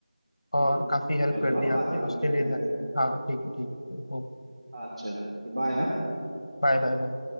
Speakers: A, on the left; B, on the right.
A: और
B: ठीक है
A: काफी हेल्प
B: चलो
A: कर
B: हाँ
A: दी
B: बाद
A: आपने
B: में बात
A: उसके
B: करते
A: लिए
B: हैं
A: धन्यवाद
B: फिर
A: हाँ ठीक है ठीक है ओके
B: हाँ चलो ओके बाय
A: Bye bye bye